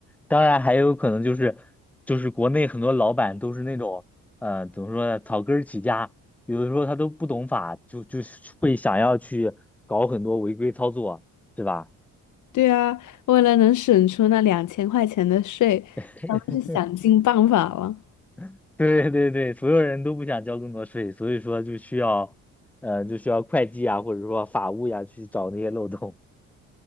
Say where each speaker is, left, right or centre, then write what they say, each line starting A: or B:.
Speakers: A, in the centre; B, on the left (about 55°).
A: 当然，还有可能就是就是国内很多老板都是那种呃，怎么说呢，草根儿起家，有的时候他都不懂法，就就会想要去搞很多违规操作，是吧？
B: 对啊，为了能省出那两千块钱的税，
A: <laughs>
B: 咱们是想尽办法了。
A: <laughs> 对对对，所有人都不想交更多税，所以说就需要，呃，就需要会计啊，或者说法务呀、去找那些漏洞。